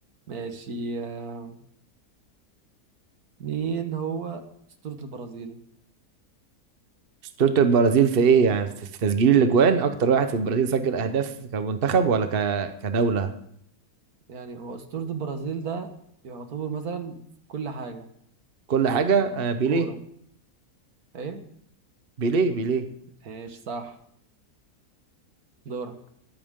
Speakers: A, on the right (about 70°); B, on the right (about 45°).
A: ماشي آه، مين هو أسطورة البرازيل
B: اسطورة البرازيل في ايه يعني في في تسجيل الاجوان اكتر واحد في البرازيل سجل اهداف كمنتخب ولا ك... كدولة
A: يعني هو أسطورة البرازيل ده يعتبر مثلا في كل حاجة
B: كل حاجة آه،
A: في الكورة
B: بيليه
A: ايه
B: بيليه بيليه
A: ماشي صح دورك